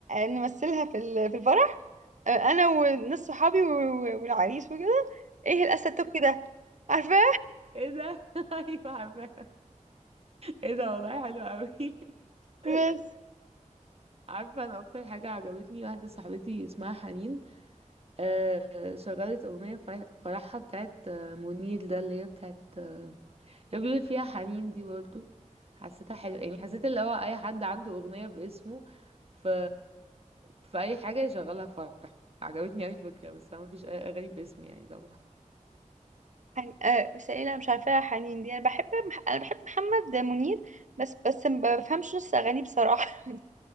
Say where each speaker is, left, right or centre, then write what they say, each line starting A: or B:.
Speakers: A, on the right; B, on the right.
A: نمثلها في ال... في الفرح انا وناس صحابي و... و- والعريس وكده ايه الاسد توب كده عارفاه
B: ايه ده <laughs> ايوه عارفاها ايه ده والله حلو قوي <laughs>
A: بس
B: عارفه انا اكتر حاجه عجبتني واحده صاحبتي اسمها حنين آه شغلت اغنيه فرح- فرحها بتاعت آه، منير ده اللي هي بتاعت آه، اللي بيقول فيها حنين دي برضه حسيتها حلوه يعني حسيت اللي هو اي حد عنده اغنيه باسمه ف في اي حاجه يشغلها في فرحه عجبتني اوي الفكره بس انا مفيش اي اغاني باسمي يعني طبعا
A: حن... آه بس ايه انا مش عارفاها حنين دي انا بحب مح... انا بحب محمد منير بس بس ما بفهمش نص اغانيه بصراحه <laughs>